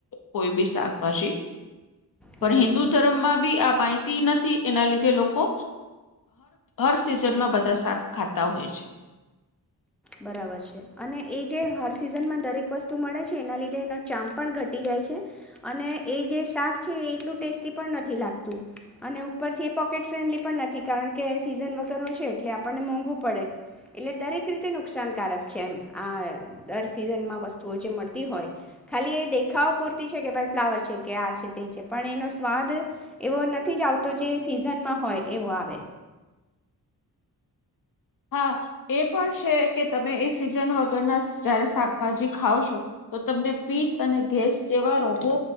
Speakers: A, on the left (about 55°); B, in the centre.
A: કોઈ બી શાકભાજી. પણ
B: બરાબર
A: હિન્દુ ધર્મમાં બી આપ પાતી નથી, એના લીધે લોકો હર સિઝનમાં બધા શાક ખાતા હોય છે.
B: બરાબર છે અને એ જે હર સિઝનમાં દરેક વસ્તુ મળે છે, એના લીધે એનો ચામ પણ ઘટી જાય છે અને એ જે શાક છે એ એટલું ટેસ્ટી પણ નથી લાગતું અને ઉપરથી એ પોકેટ ફ્રેન્ડલી પણ નથી, કારણ કે સિઝન વગર ન છે એટલે આપણને મોંઘું પડે એટલે દરેક રીતે નુકસાનકારક છે એમ આ દર સિઝનમાં વસ્તુઓ જે મળતી હોય ખાલી એ દેખાવ પૂરતી છે કે, ભાઈ ફ્લાવર છે કે આ છે તે છે પણ એનો સ્વાદ એવો નથી જ આવતો જે સિઝનમાં હોય એવો આવે.
A: હા. એ પણ છે કે તમે એ સિઝન વગરના જયારે શાકભાજી ખાવ છો, તો તમને પિત્ત અને ગેસ જેવા રોગો